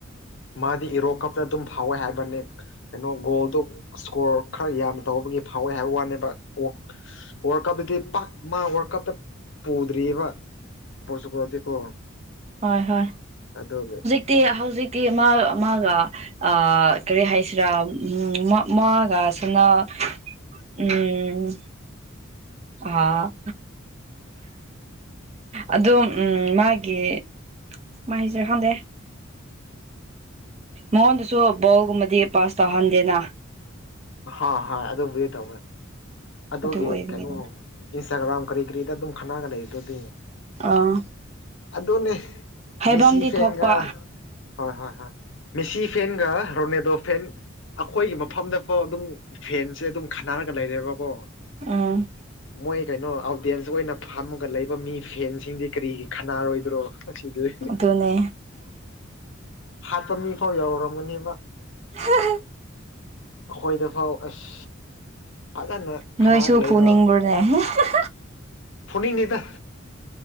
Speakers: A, on the left; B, on the right.
A: ꯃꯥꯗꯤ ꯏꯔꯣ ꯀꯞꯇ ꯑꯗꯨꯝ ꯐꯥꯎꯋꯦ ꯍꯥꯏꯕꯅꯦꯛ ꯀꯩꯅꯣ ꯒꯣꯜꯗꯣ ꯏꯁꯀꯣꯔ ꯈꯔ ꯌꯥꯝ ꯇꯧꯕꯒꯤ ꯐꯥꯎꯋꯦ ꯍꯥꯏꯕ ꯋꯥꯅꯦꯕ ꯑꯣꯛ ꯋꯥꯔ ꯀꯞꯇꯗꯤ ꯄꯥꯛ ꯃꯥ ꯋꯥꯔꯀꯞꯇ ꯄꯨꯗ꯭ꯔꯤꯌꯦꯕ ꯑꯣꯄꯣꯔꯆꯨꯀꯔꯣꯗꯤ ꯀꯣ
B: ꯍꯣꯏ ꯍꯣꯏ
A: ꯑꯗꯣꯒꯦ
B: ꯍꯧꯖꯤꯛ ꯍꯧꯖꯤꯛꯇꯤ ꯃꯥ ꯃꯥꯒ ꯑ ꯀꯔꯤ ꯍꯥꯏꯁꯤꯔꯥ ꯎꯝ ꯃ ꯃꯥꯒꯁꯅ ꯎꯝ ꯑ ꯑꯗꯣ ꯎꯝ ꯃꯥꯒꯤ ꯃꯥꯥꯏꯁꯦ ꯍꯪꯗꯦ ꯃꯉꯣꯟꯗꯁꯨ ꯕꯣꯜꯒꯨꯝꯕꯗꯤ ꯄꯥꯁ ꯇꯧꯍꯟꯗꯦꯅ
A: ꯍꯥ ꯍꯥꯏ ꯑꯗꯨꯕꯨꯗꯤ ꯇꯧꯒꯔꯦ ꯑꯗꯨꯒꯤ
B: ꯑꯗꯨ ꯑꯣꯏꯕꯒꯤꯅꯤ
A: ꯀꯩꯅꯣ ꯏꯟꯁꯇꯥꯒ꯭ꯔꯥꯝ ꯀꯔꯤ ꯀꯔꯤꯗ ꯑꯗꯨꯝ ꯈꯟꯅꯒ ꯂꯩꯗꯨꯗꯤ
B: ꯑꯥ
A: ꯑꯗꯨꯅꯦ
B: ꯍꯥꯏꯐꯝꯗꯤ
A: ꯃꯦꯁꯤ ꯐꯦꯟꯒ
B: ꯊꯣꯛꯄ
A: ꯍꯣꯏ ꯍꯣꯏ ꯍꯣꯏ ꯃꯦꯁꯤ ꯐꯦꯟꯒ ꯔꯣꯅꯦꯗꯣ ꯐꯦꯟ ꯑꯩꯈꯣꯏꯒꯤ ꯃꯐꯝꯗ ꯀꯣ ꯑꯗꯨꯝ ꯐꯦꯟꯁꯦ ꯑꯗꯨꯝ ꯈꯠꯅꯔꯒ ꯂꯩꯔꯦꯕꯀꯣ
B: ꯎꯝ
A: ꯃꯣꯏ ꯀꯩꯅꯣ ꯑꯗꯦꯟꯁ ꯑꯣꯏꯅ ꯐꯝꯃꯒ ꯂꯩꯕ ꯃꯤ ꯐꯦꯟꯁꯤꯡꯗꯤ ꯀꯔꯤꯒꯤ ꯈꯥꯟꯅꯔꯣꯏꯗ꯭ꯔꯣ ꯑꯁꯤꯗꯤ
B: ꯑꯗꯨꯅꯦ
A: ꯍꯥꯄ ꯃꯤꯐꯥꯎ ꯌꯥꯎꯔꯝꯃꯅꯤꯅꯦꯕ
B: ꯍ ꯍ
A: ꯑꯈꯣꯏꯗ ꯐꯥꯎ ꯑꯁ ꯐꯖꯅ
B: ꯅꯣꯏꯁꯨ
A: ꯈꯠꯅꯔꯒ ꯂꯩꯕ
B: <inaudible>
A: ꯐꯨꯟꯅꯤꯡꯅꯦꯗ